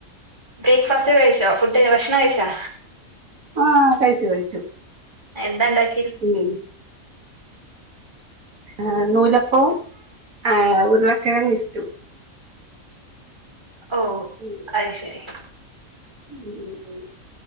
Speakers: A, on the right (about 20°); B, on the right (about 80°).
A: ബ്രേക്ക്ഫാസ്റ്റ് കഴിച്ചോ ഫുഡ് ഭക്ഷണം കഴിച്ചാ
B: ആഹ് കഴിച്ചു കഴിച്ചു
A: എന്താണ്ടാക്കി
B: ഉം ഹേ നൂലപ്പവും ഏ ഉരളക്കിഴങ്ങ്ഇഷ്ടു
A: ഓഹ്
B: ഉം
A: അയ്ശരി
B: ഉം ഉം